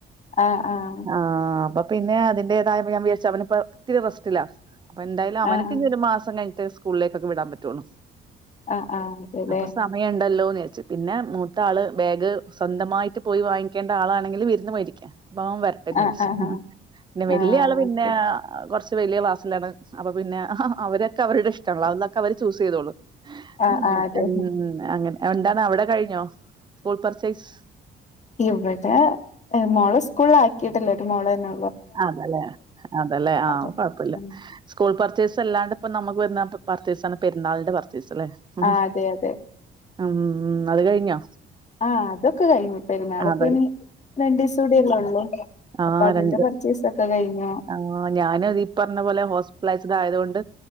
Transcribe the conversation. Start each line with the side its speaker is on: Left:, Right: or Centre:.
Left: ആഹ് ആഹ്
Right: ആഹ് അപ്പൊ പിന്നെ അതിൻ്റെതായ അപ്പൊ ഞാൻ വിചരിച്ചു അവനിപ്പം ഇത്തിരി റസ്റ്റില്ലാ അപ്പൊ എന്തായാലും അവനക്കിനിയൊരു
Left: ആഹ് ആഹ്
Right: മാസം കഴി കുട്ടികളെ സ്കൂളിലേക്കൊക്കെ വിടാൻ പറ്റുവുള്ളൂ
Left: ആഹ് ആഹ് അതെല്ലേ
Right: അപ്പൊ സമയുണ്ടല്ലോന്ന് പിന്നെ മൂത്ത ആള് ബാഗ് സ്വന്തമായിട്ട് പോയി വാങ്ങിക്കേണ്ട ആളാണെങ്കിൽ വിരു <unintelligible> ന്ന് വാങ്ങിക്കാം ഇപ്പ വെരട്ടെന്ന്
Left: ആഹ്
Right: വിചാരിച്ചു
Left: ആഹ് ആഹ്
Right: പിന്നെ വലിയ
Left: ആഹ്
Right: ആള് പിന്നെ
Left: ഓക്കെ
Right: കുറച്ച്- ത്ത് വലിയ ക്ലാസ്സിലാണ് അപ്പൊ പിന്നെ അവരൊക്കെ അവരുടെ ഇഷ്ട്ടങ്ങള് അതന്നൊക്കെ അവര് ചൂസ് ചെയ്തോളും
Left: ആഹ്
Right: ഉം
Left: ആഹ് അതെ
Right: ഉം അങ്ങനെ എന്താണ് അവിടെ കഴിഞ്ഞോ സ്കൂൾ പർചേയ്സ്
Left: ഇവിടെ എ മോളെ സ്കൂളിലാക്കിട്ടില്ല ഒരു മോളുതന്നെ
Right: അതല്ലെ അതല്ലെ ആ
Left: അപ്പൊ
Right: കൊഴപ്പല്ല
Left: ആഹ്
Right: സ്കൂൾ പർച്ചെ പർച്ചെയ്‌സ് അല്ലാണ്ട് ഇപ്പോ നമുക്ക് വരുന്ന പർച്ചേസാണ് പെുന്നാളിന്റെ പർച്ചേ ച്ചേസ്സല്ലേ ഹ്
Left: ആഹ് അതെ അതെ
Right: ഉം അത് കഴിഞ്ഞോ
Left: ആ അതൊക്കെ കഴിഞ്ഞു പെരുന്നാൾ
Right: അതെ
Left: ഇപ്പൊ ഇനി രണ്ട് ദിവസം കൂടിയല്ലേ ഉള്ളൂ
Right: ആ
Left: അപ്പൊ അതിന്റെ
Right: രണ്ട്
Left: പർച്ചേസ് ഒക്കെ കഴിഞ്ഞു
Right: ആ ഞാനും ഈ പറഞ്ഞ പോലെ ഹോസ്പിറ്റലൈസ്ഡ് ആയത് കൊണ്ട്